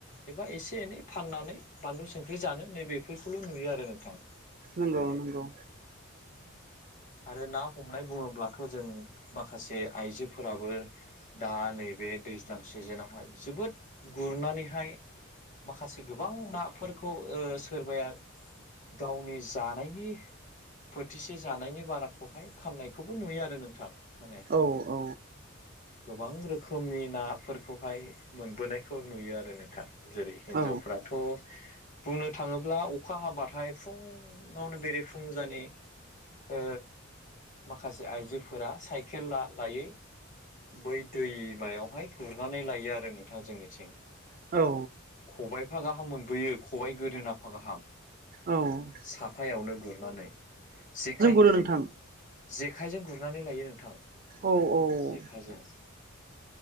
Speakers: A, on the left; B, on the right.
A: एबा एसे एनै फाननानै बानलु संख्रै जानो नै बेफोरखौल' नुयो आरो नोंथां।
B: नंगौ
A: माने
B: नंगौ।
A: आरो ना हमनाय बुङोब्लाथ' जों माखासे आइजोफोराबो दा नैबे दैज्लां सिजोनावहाय जोबोद गुरनानैहाय माखासे गोबां नाफोरखौ ओ सोरबाया गावनि जानायनि फोथिसे जानायनि बाराखौहाय फाननायखौबो नुयो आरो नोंथां माने
B: औ औ
A: गोबां रोखोमनि नाफोरखौहाय मोनबोनायखौ नुयो आरो नोंथां जेरै हिनजावफोराथ'
B: औ
A: बुंनो थाङोब्ला अखा हाबाथाय फुङावनो बेरे-फुंजानि ओ माखासे आइजोफोरा साइकेल लायै बै दैमाआवहाय गुरनानै लायो आरो नोंथाङ जोंनिथिं
B: औ
A: खबायाइफा गाहाम मोनबोयो खबाइ गोदोनाफा गाहाम
B: औ
A: साफायावनो गुरनानै जेखाय
B: ओ नोंथां
A: जेखायजों गुरनानै लायो नोंथां
B: औ औ
A: जेखाइजों <inaudible>